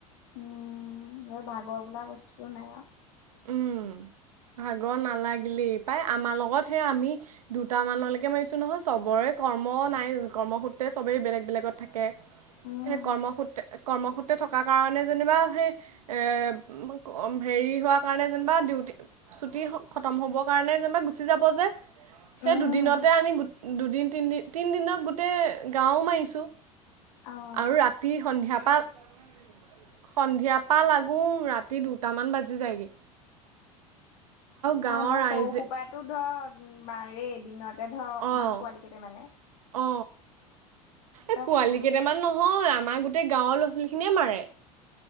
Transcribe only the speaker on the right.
উম ভাগৰ নালাগিলেই পাই আমাৰ লগত সে আমি- দুটা মানলৈকে মাৰিছো নহয় চবৰে কৰ্ম নাই কৰ্মসূত্ৰে চবেই বেলেগ বেলেগত থাকে।
সেই কৰ্মসূত্ৰে কৰ্মসূত্ৰে থকাৰ কাৰণে যেনিবা সেই- এ হেৰি হোৱা। কাৰণে যেনিবা ডিউটি ছুটি খতম হ'বৰ কাৰণে যেনিবা গুচি যাব যে। সেই
দুদিনতে আমি দুদিন তিনি তিনিদিনত গোটেই গাঁও মাৰিছোঁ।
আৰু ৰাতি সন্ধিয়াৰ পৰা। সন্ধিয়াৰ পৰা লাগো ৰাতি দুটামান বাজি যায়গে। গাঁৱৰ
ৰাইজে
অঁ
অ এই পোৱালি
কেইটামান নহয় আমাৰ গোটেই, গোটেই গাঁৱৰ ল'ৰা ছোৱালী খিনিয়ে মাৰে